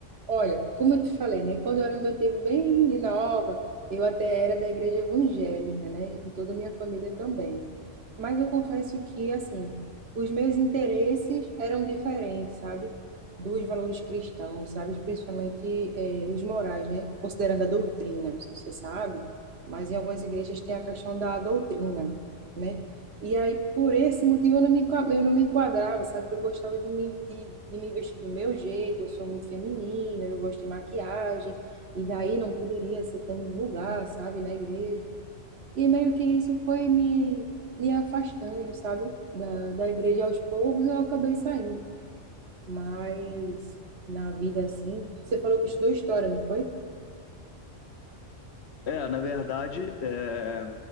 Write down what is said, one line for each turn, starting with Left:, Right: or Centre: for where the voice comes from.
Right: olha, como eu te falei, né? Quando eu era no meu tempo bem de nova, eu até era da igreja evangélica, né? E toda a minha família também. Mas eu confesso que, assim, os meus interesses eram diferentes, sabe? Dos valores cristãos, sabe? Principalmente, eh, os morais, né? Considerando a doutrina, não sei se você sabe, mas em algumas igrejas tem a questão da doutrina né? E aí, por esse motivo, eu não me, enqua- eu não me enquadrava, sabe? Que eu gostava de me, de, de me vestir do meu jeito, eu sou muito feminina, eu gosto de maquiagem, e daí não poderia ser tão vulgar, sabe? Na igreja. E meio que isso foi me, me afastando, sabe? Da, da igreja aos poucos, eu acabei saindo. Mas na vida, assim, você falou que estudou história, não foi?
Left: É, na verdade, é,